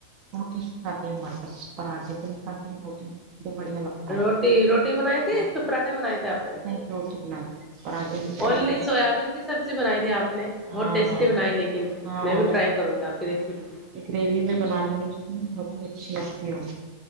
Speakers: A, on the right; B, in the centre.
A: روٹی سے کھاتے ہے ہمارے پاس پراٹھے سے بھی کھاتے ہے روٹی <unintelligible>
B: روٹی روٹی بنائی تھی
A: ہاں
B: اس پہ پراٹھے بنائے تھے آپ نے
A: نہیں روٹی بنائی پراٹھے کھاتے
B: اونلی سویابین کی سبزی بنائی تھی آپ نے بہت
A: ہاں
B: ٹیسٹی
A: ہاں
B: بنائی لیکن
A: ہاں
B: میں بھی ٹرائی کروں گی آپ کی ریسیپی
A: گریوی میں بنانی بہت اچھی لگتی ہے وہ